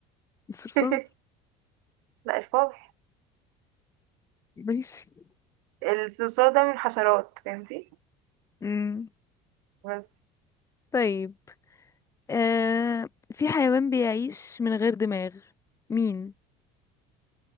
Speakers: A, on the left; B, on the right.
A: الصرصار
B: <laughs> لا الفار
A: ماشي
B: الصرصار ده من الحشرات فهمتي
A: مم.
B: بس
A: طيب آه في حيوان بيعيش من غير دماغ مين